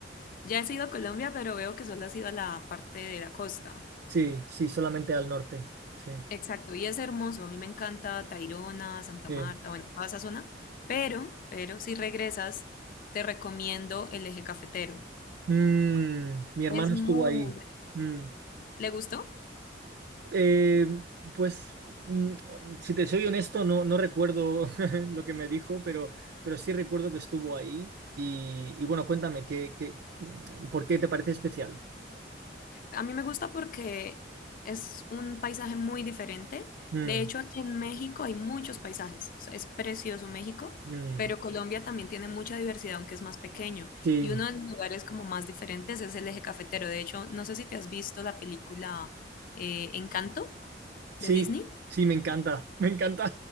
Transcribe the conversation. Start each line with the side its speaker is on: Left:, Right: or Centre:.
Left: Ya he sido a Colombia, pero veo que solo has ido a la parte de la costa.
Right: Sí, sí, solamente al norte. Sí,
Left: Exacto, y es hermoso. A mí me encanta Tayrona, Santa
Right: sí.
Left: Marta, bueno, toda esa zona. Pero, pero si regresas, te recomiendo el eje cafetero.
Right: Mm, mi hermano
Left: Es muy
Right: estuvo ahí.
Left: bueno.
Right: Mm.
Left: ¿Le gustó?
Right: Eh, pues, mm, si te soy honesto, no, no recuerdo <laughs> lo que me dijo, pero, pero sí recuerdo que estuvo ahí. Y, y bueno, cuéntame, ¿qué, qué, mm, por qué te parece especial?
Left: A mí me gusta porque es un paisaje muy diferente.
Right: Mm,
Left: De hecho, aquí en México hay muchos paisajes. O sea, Es precioso México,
Right: mm,
Left: pero Colombia también tiene mucha diversidad, aunque es más pequeño.
Right: sí,
Left: Y uno de los lugares como más diferentes es el Eje Cafetero. De hecho, no sé si te has visto la película eh, Encanto
Right: sí,
Left: de Disney.
Right: sí, me encanta, me encanta.